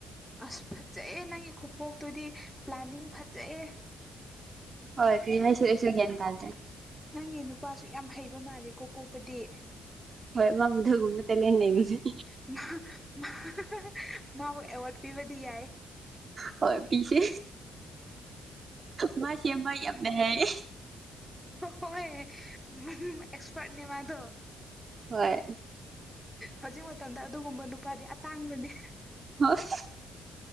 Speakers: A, in the centre; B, on the right.
A: ꯑꯁ ꯐꯖꯩꯌ‌ꯦ ꯅꯪꯒꯤ ꯈꯨꯄꯣꯛꯇꯨꯗꯤ ꯄ꯭ꯂꯥꯅꯤꯡ ꯐꯖꯩꯌ‌ꯦ
B: ꯍꯣꯏ ꯀꯔꯤ ꯍꯥꯏꯁꯤꯔ ꯑꯩꯁꯨ ꯒꯌꯥꯟ ꯇꯥꯗꯦ
A: ꯅꯪꯒꯤ ꯅꯨꯄꯥꯁꯨ ꯌꯥꯝ ꯍꯩꯕ ꯃꯥꯜꯂꯦꯀꯣ ꯄꯣꯛꯄꯗꯤ
B: ꯍꯣꯏ ꯃꯥ ꯑꯗꯨꯒꯨꯝꯕꯗ ꯇ‌ꯦꯂ‌ꯦꯟ ꯂꯩꯕꯅꯤ
A: ꯏꯃꯥ ꯏꯃꯥ ꯃꯥꯕꯨ ꯑꯦꯋꯥꯔꯗ ꯄꯤꯕꯗꯤ ꯌꯥꯏ
B: ꯍ‌ꯣꯏ ꯄꯤꯁꯦ ꯃꯥ ꯁꯦꯝꯕ ꯌꯥꯝꯅ ꯍꯩꯌꯦ
A: ꯍꯣꯏ ꯑꯦꯛꯁꯄꯔꯠꯅꯦ ꯃꯗꯣ
B: ꯍꯣꯏ
A: ꯍꯧꯖꯤꯛ ꯃꯇꯝꯗ ꯑꯗꯨꯒꯨꯝꯕ ꯅꯨꯄꯥꯗꯤ ꯑꯇꯥꯡꯕꯅꯤ
B: ꯍ‌ꯣꯏ